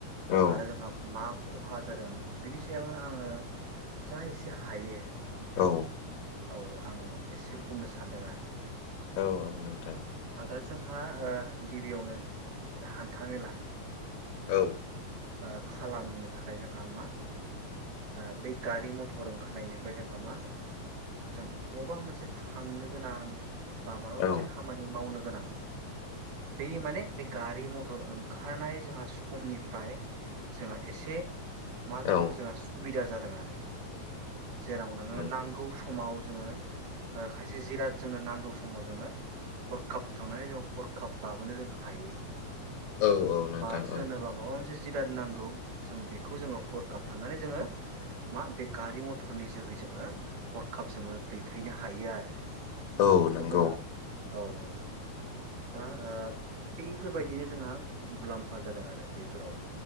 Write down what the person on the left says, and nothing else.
औ
औ
औ औ नोंथां।
औ
औ
औ
नंगौ
औ औ नोंथां
औ
औ नंगौ।